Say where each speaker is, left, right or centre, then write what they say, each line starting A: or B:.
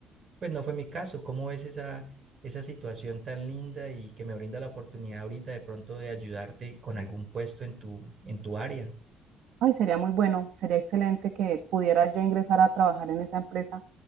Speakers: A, on the right; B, on the right.
A: pues no fue mi caso. ¿Cómo ves esa, esa situación tan linda y que me brinda la oportunidad ahorita de pronto de ayudarte con algún puesto en tu, en tu área?
B: Ay, sería muy bueno, sería excelente que pudiera yo ingresar a trabajar en esa empresa